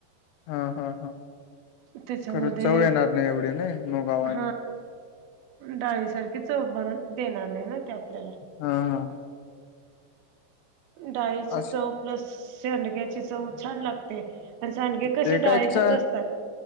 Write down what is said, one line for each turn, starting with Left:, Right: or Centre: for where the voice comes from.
Left: हा हा हा
Right: त्याच्यामध्ये
Left: खरं चव येणार नाही एवढी ना मगावा
Right: हा
Left: आणि
Right: डाळीसारखी चव बन देणार नाही ना ते आपल्याला
Left: हा हा
Right: डाळीची
Left: अस
Right: चव प्लस शेंडग्याची चव छान लागते आणि सांडगे कसे
Left: ते
Right: डाळीचेच
Left: कायचच
Right: असतात.